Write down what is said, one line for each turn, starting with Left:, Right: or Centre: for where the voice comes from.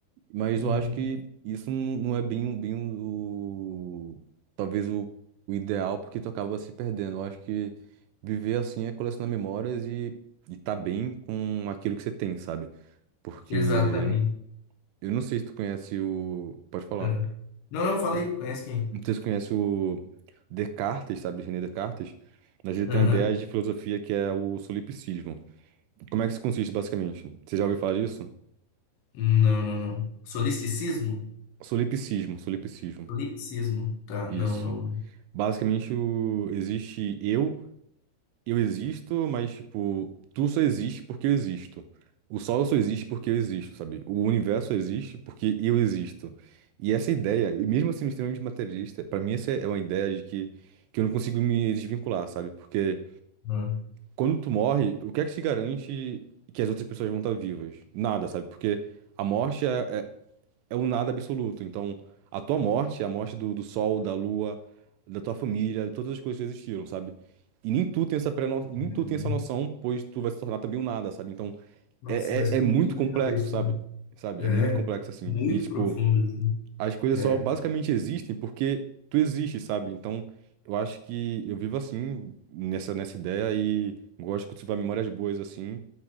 Right: Mas
Left: Hum,
Right: eu acho que isso não não é bem, bem o... talvez o, o ideal, porque tu acaba se perdendo. Eu acho que viver assim é colecionar memórias e, e tá bem com aquilo que você tem, sabe? Porque
Left: exatamente.
Right: eu não sei se tu conhece o. Pode falar.
Left: Ah. Não, não, falei. Conhece quem?
Right: Não sei se tu conhece o Descartes, sabe? René Descartes. Mas ele tem
Left: Aham.
Right: uma ideia de filosofia que é o solipsismo. Como é que isso consiste, basicamente? Você já ouviu falar disso?
Left: Não, não, não. Solisticismo?
Right: Solipsismo, solipsismo.
Left: Solipsismo. Tá,
Right: Isso.
Left: não, não,
Right: Basicamente, o... existe eu. eu existo, mas, tipo, tu só existe porque eu existo. O sol só existe porque eu existo, sabe? O universo só existe porque eu existo. E essa ideia, e mesmo sendo extremamente materialista, pra mim essa é uma ideia de que, que eu não consigo me desvincular, sabe? Porque
Left: não.
Right: quando tu morre, o que é que te garante que as outras pessoas vão estar vivas? Nada, sabe? Porque a morte é, é o nada absoluto. Então, a tua morte, é a morte do, do sol, da lua, da tua família, de todas as coisas que existiram, sabe? E nem tu tem essa pré nem
Left: Não.
Right: tu tem essa noção, pois tu vai se tornar também um nada, sabe? Então,
Left: Nossa,
Right: é,
Left: vai explodir
Right: é, é muito
Left: minha
Right: complexo,
Left: cabeça.
Right: sabe? Sabe?
Left: É,
Right: É muito complexo, assim.
Left: muito
Right: E, tipo,
Left: profundo, assim.
Right: as coisas
Left: É,
Right: só basicamente existem porque tu existe, sabe? Então, eu acho que eu vivo assim, nessa, nessa ideia e gosto de cultivar memórias boas, assim,